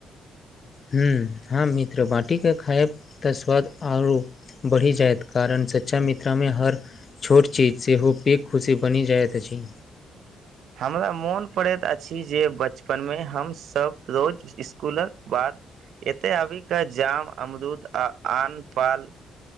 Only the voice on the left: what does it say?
हूँ हँ मित्र बाटिके खायब तऽ स्वाद औरो बढ़ि जैत कारण सच्चा मित्र में हर छोट चीज सेहो पेघ खुशी बनि जाइत अछि।